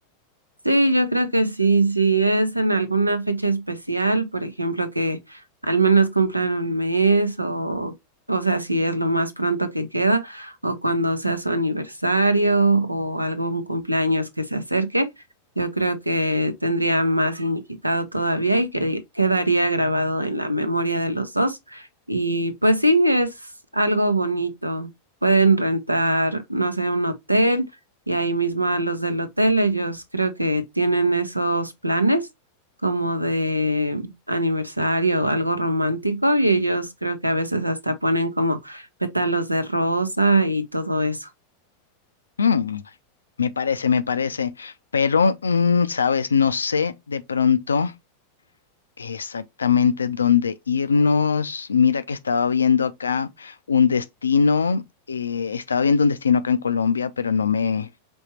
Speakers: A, on the right; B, on the left.
A: Sí, yo creo que sí, si es en alguna fecha especial, por ejemplo, que al menos cumplan un mes o, o sea, si es lo más pronto que queda o cuando sea su aniversario o algún cumpleaños que se acerque, yo creo que tendría más significado todavía y que quedaría grabado en la memoria de los dos. Y pues sí, es algo bonito. Pueden rentar, no sé, un hotel y ahí mismo a los del hotel, ellos creo que tienen esos planes como de aniversario o algo romántico y ellos creo que a veces hasta ponen como pétalos de rosa y todo eso.
B: Hmm. Me parece, me parece, pero, mm, sabes, no sé de pronto exactamente dónde irnos. Mira que estaba viendo acá un destino, eh, estaba viendo un destino acá en Colombia, pero no me,